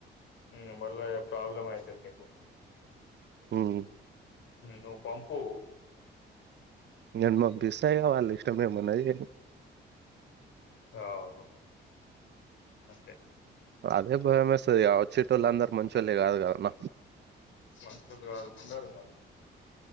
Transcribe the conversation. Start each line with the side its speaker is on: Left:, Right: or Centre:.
Left: ఉమ్ మళ్ళా ఏం ప్రాబ్లమ్ అయితది నీకు.
Right: ఉమ్.
Left: నువ్వు పంపు.
Right: నేను పంపిస్తా ఇగ వాళ్ళు ఇష్టము ఏమన్నా చేయని.
Left: అవును అంతే.
Right: అదే భయమేస్తది ఆ వచ్చేటోళ్ళు అందరు మంచోల్లే కాదు కదన్న.
Left: మనుషులుగా ఉండరు మ.